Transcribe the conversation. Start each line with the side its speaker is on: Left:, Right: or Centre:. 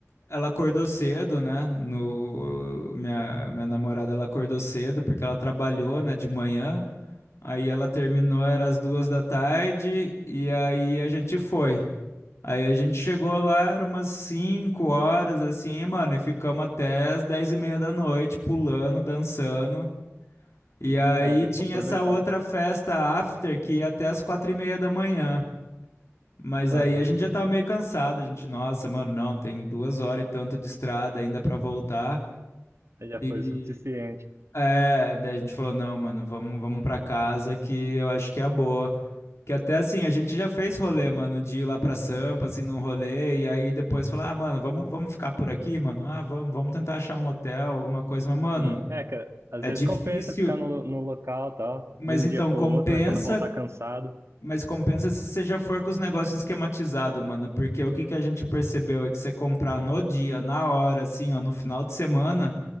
Left: ela acordou cedo, né? No, minha, minha namorada, ela acordou cedo porque ela trabalhou, né, de manhã. Aí ela terminou, era às duas da tarde, e aí a gente foi. Aí a gente chegou lá, era umas cinco horas, assim, mano, e ficamos até as dez e meia da noite, pulando, dançando. E
Right: sim.
Left: aí
Right: É, deu
Left: tinha
Right: pra aproveitar.
Left: essa outra festa after que ia até as quatro e meia da manhã. Mas
Right: Aham,
Left: aí a gente já tava meio cansado, a gente, nossa, mano, não, tem duas horas e tanto de estrada ainda pra voltar.
Right: aí Já
Left: E
Right: foi o suficiente.
Left: é, daí a gente falou, não, mano, vamos, vamos pra casa que eu acho que é a boa. Que até assim, a gente já fez rolê, mano, de ir lá pra Sampa, assim, num rolê, e aí depois falar, ah, mano, vamos, vamos ficar por aqui, mano, ah, vamos, vamos tentar achar um hotel, alguma coisa, mas, mano,
Right: Sim. É, que às
Left: é
Right: vezes
Left: difícil.
Right: compensa ficar no, lo- no local e tal,
Left: Mas
Right: de um
Left: então,
Right: dia pro
Left: compensa
Right: outro, né? Quando voltar cansado.
Left: Mas compensa se você já for com os negócios esquematizados, mano. Porque o que que a gente percebeu é que você comprar no dia, na hora, assim, ó, no final de semana,